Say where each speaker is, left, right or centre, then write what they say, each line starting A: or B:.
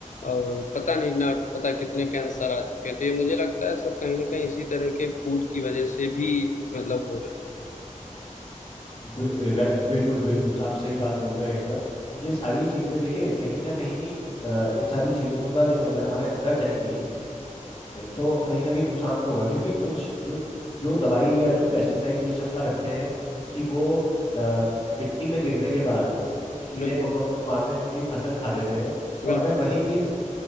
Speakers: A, on the left (about 70°); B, on the left (about 40°).
A: और पता नहीं ना पता कितने कैंसर आ चुके हैं। तो ये मुझे लगता है सब कहीं न कहीं इसी तरह के फूड की वजह से भी मतलब हो रहे हैं।
B: बि- रे- बिल्कुल बिल्कुल आप सही बात बोल रहे हैं एकदम ये सारी चीजें देखिए कहीं ना कहीं अ, इन सारी चीजों का जब अगर हमारे अंदर जाएंगी अ, तो कहीं ना कहीं नुकसान तो होगा क्योंकि जो जो जो दवाई या जो पेस्टिसाइड ये क्षमता रखते हैं कि वो अ, मिट्टी में गिरने के बाद उन कीड़े
A: बिल्कुल,
B: मकोड़ों को मारते हैं जो कि फसल खा देते हैं तो
A: बिल्कुल,
B: अगर वही
A: बिल्कुल।
B: चीज